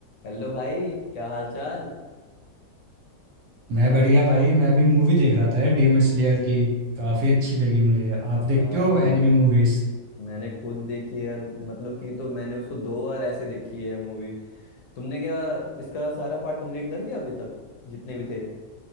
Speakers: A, on the left; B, on the right.
A: Hello भाई क्या हाल चाल
B: मैं बढ़िया भाई मैं भी मूवी देख रहा था यार डेमन स्लेयर की काफ़ी अच्छी लगी मुझे आप
A: यार
B: देखते हो एनिमे मूवीज
A: मैंने खुद देखी है यार मतलब कि तो मैंने उसको दो बार ऐसे देखी है मूवी तुमने क्या इसका सारा पार्ट कंप्लीट कर दिया अभी तक जितने भी थे